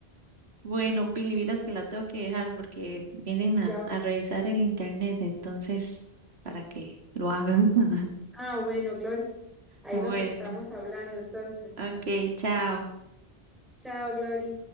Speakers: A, on the right (about 85°); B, in the centre.
A: Bueno, Pili, vieras que la tengo que dejar porque vienen a,
B: ya.
A: a revisar el internet, entonces, para que lo hagan. <laughs>
B: Ah, bueno, Glory, ahí
A: Bueno,
B: nos estamos hablando entonces.
A: ok, chao.
B: Chao, Glory.